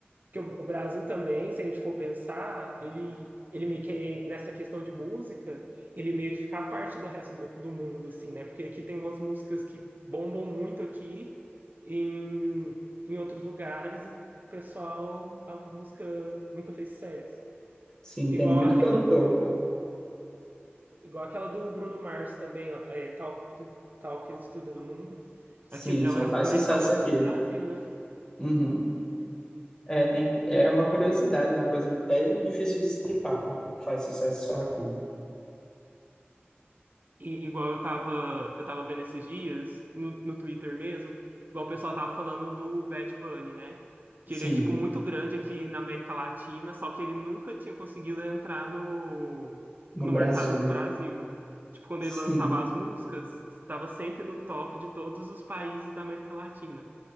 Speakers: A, on the right; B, on the left.
A: Que o, o Brasil também, se a gente for pensar, ele, ele meio que, nessa questão de música, ele meio que fica à parte do resto do, do mundo, assim, né? Porque aqui tem umas músicas que bombam muito aqui, em, em outros lugares o pessoal, a música nunca fez sucesso.
B: Sim,
A: Igual
B: tem muito
A: aquela
B: cantor.
A: do Igual aquela do Bruno Mars também, ó, é, Talk, to- Talk It to the Moon.
B: Sim,
A: Aqui, ela
B: só
A: é
B: faz
A: mais
B: sucesso
A: famosa
B: aqui.
A: aqui no Brasil, né?
B: Uhum. É, tem, é uma curiosidade, né? uma coisa até difícil de explicar porque faz sucesso só aqui.
A: E, igual eu tava, eu tava vendo esses dias, no, no Twitter mesmo, igual o pessoal tava falando do Bad Bunny, né? Que
B: Sim,
A: ele é, tipo, muito grande aqui na América Latina, só que ele nunca tinha conseguido entrar no,
B: no
A: no
B: Brasil,
A: mercado do
B: né?
A: Brasil. Tipo, quando
B: Sim,
A: ele lançava as músicas, estava sempre no top de todos os países da América Latina.